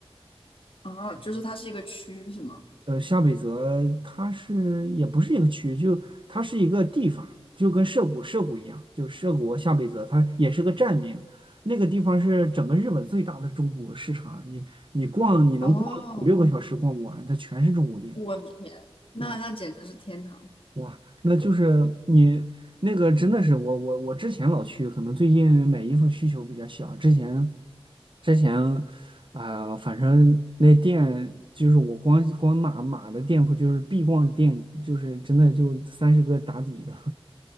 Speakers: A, on the left; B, on the right.
A: 哦，就是它是一个区，是吗？
B: 呃，下北泽它是也不是一个区，就它是一个地方，就跟涉谷涉谷一样，就是涉谷和下北泽，它也是个站名。那个地方是整个日本最大的中古市场，你你逛你能逛五六个小时逛不完，
A: 哦，
B: 它全是中古店。
A: 我的天，那那简直是天堂！
B: 嗯哇，那就是你那个真的是我我我之前老去，可能最近买衣服需求比较小。之前之前啊、反正那店就是我光光码码的店铺，就是必逛店，就是真的就三十个打底的，